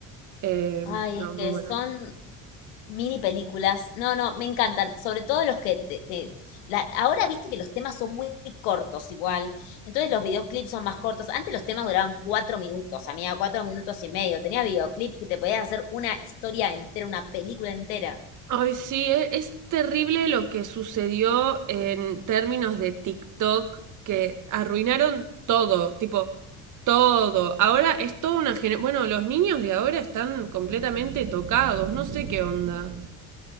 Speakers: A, on the right (about 55°); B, on the left (about 85°).
A: Eh,
B: Ay,
A: no,
B: es que
A: muy bueno.
B: son Mini películas, no, no, me encantan, sobre todo los que te, te- la- ahora viste que los temas son muy cortos igual, entonces los videoclips son más cortos, antes los temas duraban cuatro minutos, amiga, cuatro minutos y medio, tenía videoclip que te podías hacer una historia entera, una película entera.
A: Ay, sí, e- es, terrible lo que sucedió en términos de TikTok, que arruinaron todo, tipo, todo. Ahora es toda una generación. Bueno, los niños de ahora están completamente tocados, no sé qué onda.